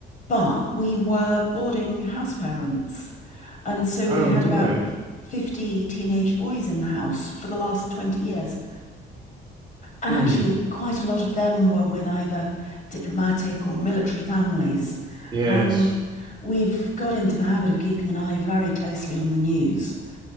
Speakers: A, on the left (about 40°); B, on the right (about 20°).
A: but we were boarding house parents, and so
B: Oh,
A: we had
B: right.
A: about 50 teenage boys in the house for the last 20 years. And
B: Hmm.
A: actually, quite a lot of them were with either diplomatic or military families.
B: Yes.
A: And we've got into the habit of keeping an eye very closely on the news